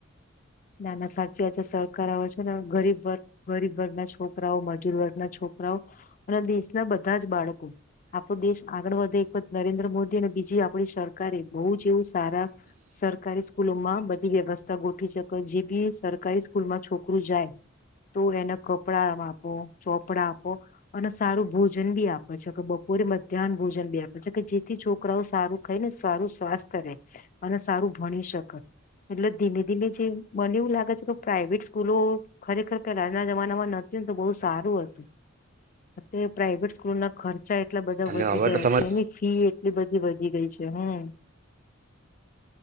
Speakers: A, on the left; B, on the right.
A: ના ના સાચી વાચ છે કરાવ છે ગરીબ વર્ગ ગરીબ વર્ગના છોકરાઓ મજૂર વર્ગના છોકરાઓ અને દેશના બધા જ બાળકો આપણો દેશ આગળ વધે એકત નરેન્દ્ર મોદી અને બીજી આપડી સરકારે બહુ જ એવું સારા સરકારી સ્કૂલો માં બધી વ્યવસ્થા ગોઠવી જે બી સરકારી સ્કૂલમાં છોકરું જાય તો એને કપડાં આપો ચોપડા આપો અને સારું ભોજન બી આપે છે કે બપોરે મધ્યાહન ભોજન બી આપે છે કે જેથી છોકરાઓ સારું ખાય ને સારું સ્વાસ્થ્ય રહેે અને સારું ભણી શકે એટલે ધીમે ધીમે જે મને એવું લાગે છે કે પ્રાાઈવેટ સ્કૂલો ખરેખર આજના જમાનામાં નથીતી ને તો બહુ સારું હતું અત્યારે પ્રાાઈવેટ સ્કૂલો ના ખર્ચા એટલા બધા
B: અને
A: વધી
B: હવે
A: ગયા
B: તો તમે
A: છે એની ફી એટલી બધી વધી ગઈ છે હમ